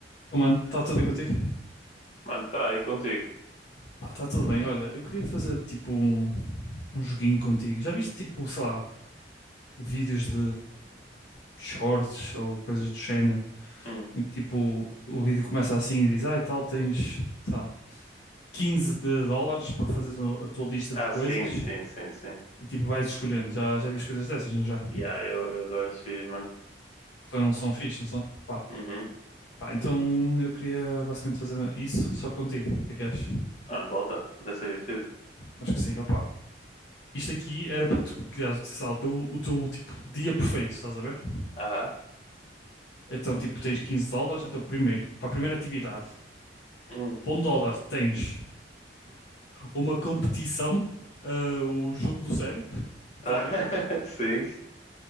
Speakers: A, on the left (about 65°); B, on the left (about 40°).
A: Então, mano, está tudo bem contigo?
B: Mano, tá aí contigo.
A: Pá, está tudo bem. Olha, eu queria fazer tipo um, um joguinho contigo. Já viste tipo, sei lá, vídeos de shorts ou coisas do género,
B: Hum.
A: em que tipo o vídeo começa assim e diz, ah, e tal, tens, sei lá, 15 de dólares para fazer o- a tua lista
B: Ah,
A: de coisas
B: sim, sim, sim, sim.
A: e tipo vais escolhendo. Já, já viste coisas dessas, não já?
B: Yeah, eu, eu adoro esses vídeos, mano.
A: São, são fixe, não são? Pá.
B: Uhum.
A: Pá, então eu queria basicamente fazer isso só contigo. O que é que achas?
B: Mano, bota. Deve ser divertido.
A: Acho que sim. Opa, isto aqui era para tu criar o teu, o teu tipo, dia perfeito, estás a ver?
B: Aham.
A: Então, tipo, tens 15 dólares. Então, primeiro, para a primeira atividade,
B: Hum.
A: para um dólar tens uma competição, ah, o jogo do sério, literalmente.
B: Tá. <laughs> Sim.